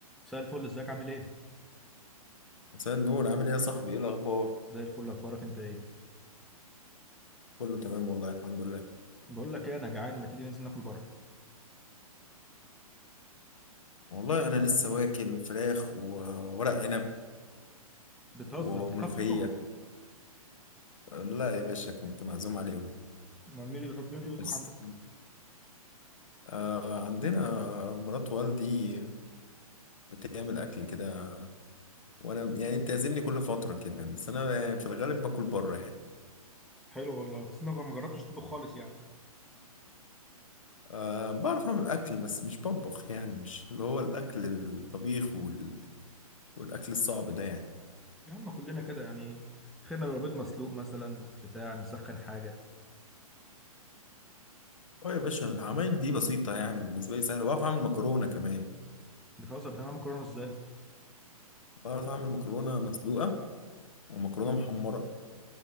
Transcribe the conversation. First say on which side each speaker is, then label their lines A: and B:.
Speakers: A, in the centre; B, on the left (about 60°).
A: مساء الفل ازيك عامل ايه
B: مساء النور عامل ايه يا صاحبي ايه الاخبار
A: زي الفل اخبارك انت ايه
B: كله تمام والله الحمد لله
A: بقول لك ايه انا جعان ما تيجي ننزل ناكل بره
B: والله انا لسه واكل فراخ وورق عنب
A: بتهزر
B: وملوخيه
A: انت بتعرف تطبخ
B: لا يا باشا كنت معزوم عليهم
A: ما مين اللي بيطبخ مين اللي بيطبخ
B: بس
A: عندك
B: آه عندنا مرات والدي بتعمل اكل كده وانا يعني بتعزمني كل فتره كده بس انا في الغالب باكل بره يعني
A: حلو والله بس انا ما جربتش تطبخ خالص يعني
B: آه بعرف اعمل اكل بس مش بطبخ يعني مش اللي هو الاكل الطبيخ وال... والاكل الصعب ده يعني
A: يا عم كلنا كده يعني خيرنا بقى بيض مسلوق مثلا بتاع نسخن حاجه
B: اه يا باشا العمايل دي بسيطه يعني بالنسبه لي سهله بعرف اعمل مكرونه كمان
A: بتهزر بتعمل مكرونه ازاي
B: بعرف أعمل مكرونة مسلوقة ومكرونة
A: مم.
B: محمرة